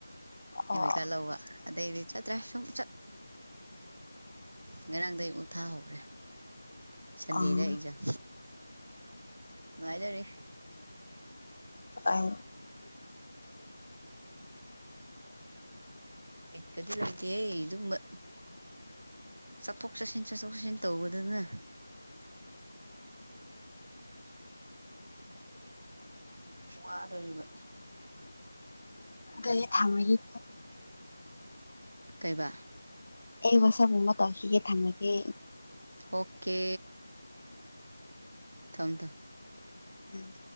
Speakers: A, on the left (about 45°); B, on the right (about 55°).
A: ꯍꯣꯏ
B: ꯑꯦꯃꯤꯀꯂ
A: ꯑꯥ
B: ꯋꯥ ꯑꯗꯩꯕ ꯆ ꯑꯥꯁꯝ ꯆ ꯉꯔꯥꯡꯗꯒꯤ ꯑꯃꯨꯛ ꯊꯥꯍꯧꯔꯦ ꯁꯟꯗꯦꯗ
A: ꯍꯣꯏ
B: ꯑꯦꯛꯖꯥꯝ ꯉꯅꯨꯡꯥꯏ ꯇꯧꯔꯤ
A: ꯑ
B: ꯠꯀꯗꯤ ꯂꯩꯇꯦ ꯑꯩ ꯑꯗꯨꯝꯕ ꯆꯠꯊꯣꯛ ꯆꯠꯁꯤꯟ ꯆꯠꯊꯣꯛ ꯆꯠꯁꯤꯟ ꯇꯧꯕꯗꯅ ꯋꯥꯗꯣꯔꯤꯕ
A: ꯍꯣꯏ ꯏꯦ ꯊꯥꯡꯝꯕꯒꯤꯦ
B: ꯀꯩꯕꯥꯥꯛ
A: ꯑꯩ ꯋꯥꯁꯒꯨꯝꯕ ꯇꯧꯈꯤꯒꯦ ꯊꯥꯡꯅꯒꯦ
B: ꯑꯣꯀꯦ ꯊꯣꯝꯗ
A: ꯎꯝ